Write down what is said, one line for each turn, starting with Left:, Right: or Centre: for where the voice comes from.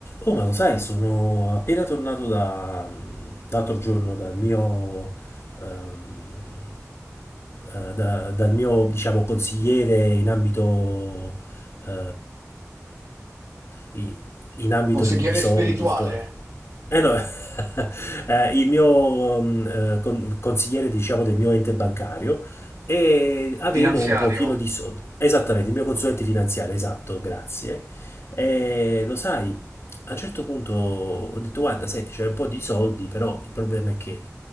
Left: Oh, ma lo sai, sono appena tornato da, l'altro giorno dal mio, ehm, eh, da- dal mio, diciamo, consigliere in ambito, eh, i- in ambito
Right: Consigliere
Left: di, di soldi
Right: spirituale?
Left: e tutto quanto. Eh no, <laughs> eh, il mio ehm, eh, con- consigliere, diciamo, del mio ente bancario e avevo
Right: Finanziario?
Left: un pochino di soldi. Esattamente, il mio consulente finanziario, esatto, grazie. E lo sai, a un certo punto ho detto, guarda, senti, c'è un po' di soldi, però il problema è che